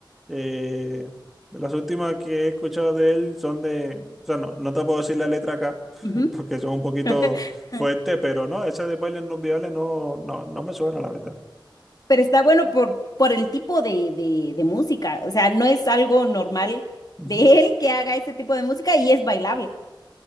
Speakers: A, in the centre; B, on the left.
A: eh, las últimas que he escuchado de él son de. O sea, no, no te puedo decir la letra acá,
B: Ujú.
A: <laughs> porque son un poquito
B: <laughs>
A: fuertes, pero no, esa de bailes no viales no, no, no me suena, la verdad.
B: Pero está bueno por, por el tipo de, de, de música. O sea, no es algo normal
A: Ujú.
B: de él que haga ese tipo de música y es bailable.